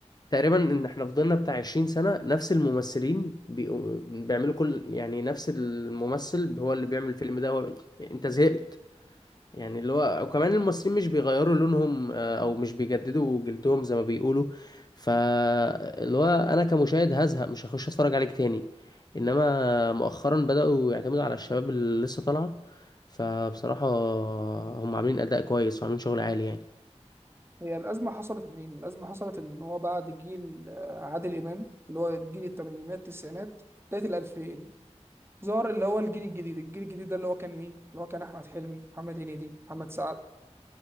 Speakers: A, on the left (about 35°); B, on the right (about 20°).
A: تقريبا ان احنا فضلنا بتاع 20 سنة نفس الممثلين بيقو- بيعملوا كل يعني نفس الممثل هو اللي بيعمل الفيلم ده هو انت زهقت يعني اللي هو وكمان الممثلين مش بيغيروا لونهم آه، او مش بيجددوا جلدهم زي ما بيقولوا فاللي هو انا كمشاهد هزهق مش هخش اتفرج عليك تاني انما مؤخرا بدأوا يعتمدوا على الشباب اللي لسه طالعة فبصراحة هم عاملين اداء كويس وعاملين شغل عالي يعني
B: هي الأزمة حصلت منين؟ الأزمة حصلت إن هو بعد جيل آه، عادل إمام اللي هو جيل التمانينات التسعينات بداية الألفين ظهر اللي هو الجيل الجديد الجيل الجديد ده اللي هو كان مين؟ اللي هو كان أحمد حلمي محمد هنيدي محمد سعد